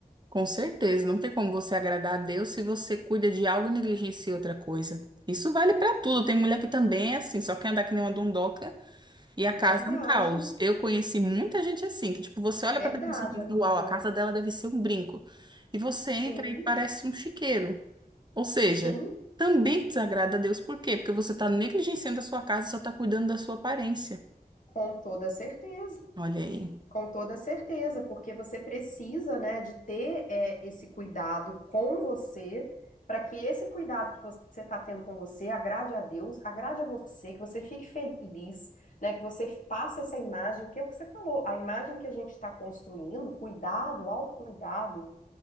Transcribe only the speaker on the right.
Com certeza, não tem como você agradar a Deus se você cuida de algo e negligencia outra coisa. Isso vale pra tudo. Tem mulher que também é assim, só quer andar que nem uma dondoca e a
casa é um caos. Eu conheci muita gente assim, que tipo, você olha
pra pessoa e pensa,
uau, a casa dela deve ser um brinco. E você
entra e parece um chiqueiro. Ou seja,
também desagrada a Deus. Por quê? Porque você tá negligenciando a sua casa e só tá cuidando da sua aparência.
Olha aí.